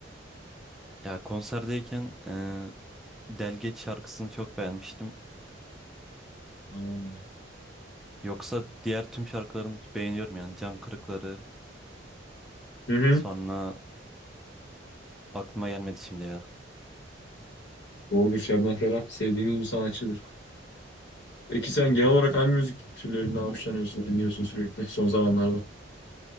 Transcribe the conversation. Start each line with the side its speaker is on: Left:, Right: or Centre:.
Centre: Ya konserdeyken e, Delgeç şarkısını çok beğenmiştim.
Left: Aa.
Centre: Yoksa diğer tüm şarkılarını beğeniyorum yani. Can Kırıkları
Left: Hı hı.
Centre: sonra aklıma gelmedi şimdi ya.
Left: Doğrudur Şebnem Ferah. Sevdiğimiz bir sanatçıdır. Peki sen genel olarak hangi müzik türlerinden hoşlanıyorsun, dinliyorsun sürekli son zamanlarda?